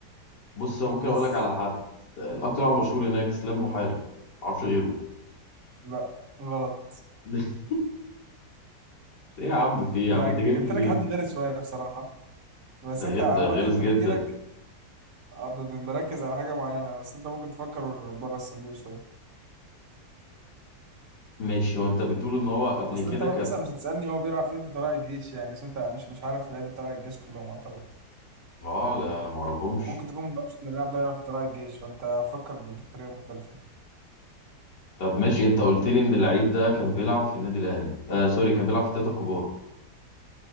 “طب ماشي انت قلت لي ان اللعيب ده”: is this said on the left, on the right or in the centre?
Left